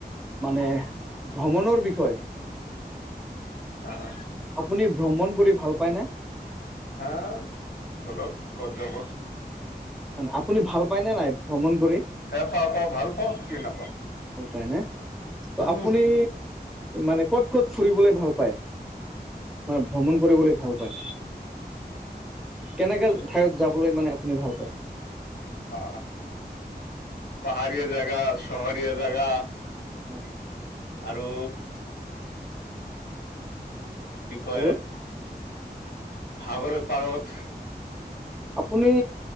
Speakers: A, in the centre; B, on the left.
A: মানে ভ্ৰমণৰ বিষয়ে,
B: অহ।
A: আপুনি ভ্ৰমণ কৰি ভাল পায়নে?
B: হা বলক ক'ত যাব।
A: আপুনি ভাল পায়নে নাই ভ্ৰমণ কৰি?
B: সে পা পা ভাল পাওঁ কি নাপাওঁ।
A: হয় নে? ত
B: উম
A: আপুনি মানে ক'ত ক'ত ফুৰিবলৈ ভাল পায়? মানে ভ্ৰমণ কৰিবলৈ ভাল পায় কেনেকে ঠাইত যাবলৈ মানে আপুনি ভাল পায়?
B: অ পাহৰিয়া জাগা চহৰীয়া জাগা
A: হয়
B: আৰু কি কয়
A: আৰু
B: সাগৰৰ পাৰত।
A: আপুনি